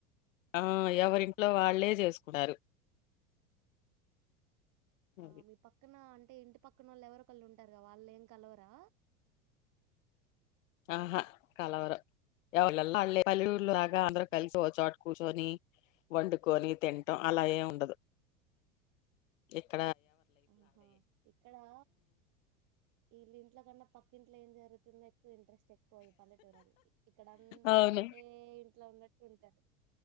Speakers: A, on the left; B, on the right.
A: ఆ ఎవరింట్లో వాల్ ళ్ళే చేసుకుంటారు
B: ఆ
A: అది.
B: మీ పక్కన టే ఇంటి పక్కనోళ్ళు ఎవరో ఒకళ్ళు ఉంటారు గ వాళ్ళేం కలవరా
A: ఆహా కలవరు ఎవారిళ్లలో పల్లే ఉల్లెళ్ళుల్ల లాగ
B: ఉ
A: అంద్ర కలిసి వోచొట కూర్చొని వండుకొని తింటం అలా ఏముండదు ఇక్క
B: ఆహా ఇక్కడా ఇళ్ళింట్ల కన్నా పక్కింట్లో ఏం జరు తుందొ ఎక్కువ ఇంట్రెస్ట్ ఎక్కువ ఈ పల్లెటూరోల్లకి ఇక్కడ అందరూ
A: అవును
B: ఒకటే ఇంట్లో ఉన్నట్టు ఉంటారు